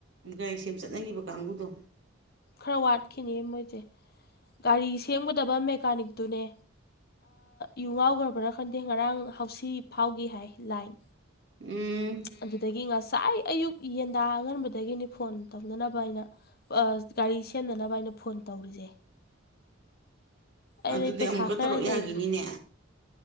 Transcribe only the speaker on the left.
ꯈꯔ ꯋꯥꯠꯈꯤꯅꯤ ꯃꯣꯏꯁꯦ ꯒꯥꯔꯤ ꯁꯦꯝꯒꯗꯕ ꯃꯦꯀꯥꯅꯤꯛꯇꯨꯅꯦ ꯌꯨ ꯉꯥꯎꯈ꯭ꯔꯕ꯭ꯔꯥ ꯈꯪꯗꯦ ꯉꯔꯥꯡ ꯍꯥꯎꯁꯤ ꯐꯥꯎꯒꯤ ꯍꯥꯏ ꯂꯥꯏꯟ
ꯑꯗꯨꯗꯒꯤ ꯉꯁꯥꯏ ꯑꯌꯨꯛ ꯌꯦꯟꯗꯥ ꯑꯉꯟꯕꯗꯒꯤꯅꯤ ꯐꯣꯟ ꯇꯧꯅꯅꯕ ꯑꯩꯅ ꯒꯥꯔꯤ ꯁꯦꯝꯅꯅꯕ ꯑꯩꯅ ꯐꯣꯟ ꯇꯧꯔꯤꯁꯦ ꯑꯩꯅ
ꯄꯩꯁꯥ
ꯈꯔ
ꯂꯩ